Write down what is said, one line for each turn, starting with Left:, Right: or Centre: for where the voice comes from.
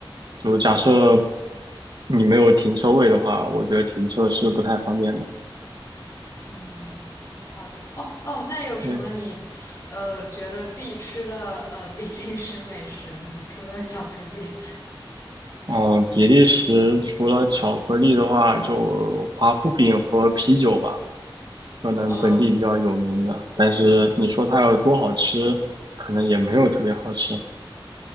Right: 就假设你没有停车位的话，我觉得停车是不太方便的。
Left: 嗯，好的。哦哦，那有什么你呃觉得必吃的呃比利时美食吗？
Right: 对，
Left: <laughs> 除了巧克力，
Right: 嗯，比利时除了巧克力的话，就华夫饼和啤酒吧，可能本地比较有名的。
Left: 嗯，
Right: 但是你说它有多好吃，可能也没有特别好吃。